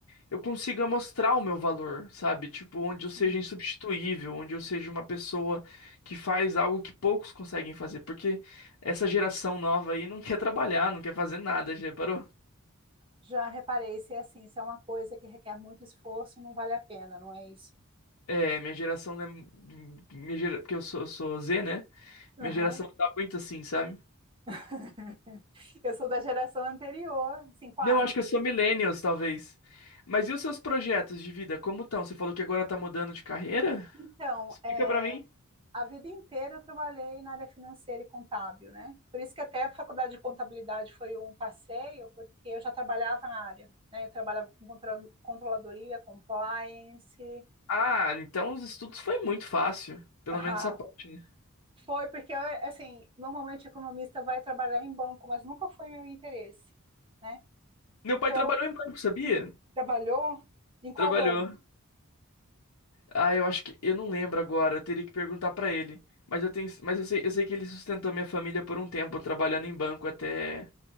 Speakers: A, on the left; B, on the right.
A: eu consiga mostrar o meu valor, sabe? Tipo, onde
B: Sim.
A: eu seja insubstituível, onde eu seja uma pessoa que faz algo que poucos conseguem fazer, porque essa geração nova aí não <laughs> quer trabalhar, não quer fazer nada, já reparou?
B: Já reparei, se é assim, se é uma coisa que requer muito esforço, não vale a pena, não é isso?
A: É, minha geração, né? Minha gera... Porque eu sou, eu sou Z, né?
B: Aham.
A: Minha geração tá muito assim, sabe?
B: <laughs> Eu sou da geração anterior, assim, quase.
A: Não, acho que eu sou millennials, talvez. Mas e os seus projetos de vida, como estão? Você falou que agora tá mudando de carreira?
B: Então,
A: Explica
B: é,
A: pra mim.
B: a vida inteira eu trabalhei na área financeira e contábil, né? Por isso que até a faculdade de contabilidade foi um passeio, porque eu já trabalhava na área, né? Eu trabalhava com contra- controladoria, compliance. <laughs>
A: Ah, então os estudos foi muito fácil. Pelo
B: Ah,
A: menos essa parte. né?
B: foi porque, eu, assim, normalmente economista vai trabalhar em banco, mas nunca foi meu interesse, né?
A: Meu
B: Então,
A: pai trabalhou em banco, sabia?
B: Trabalhou? Em qual
A: Trabalhou.
B: banco?
A: Ah, eu acho que. Eu não lembro agora, eu teria que perguntar pra ele. Mas eu tenho. Mas eu sei, eu sei que ele sustentou minha família por um tempo, trabalhando em banco até.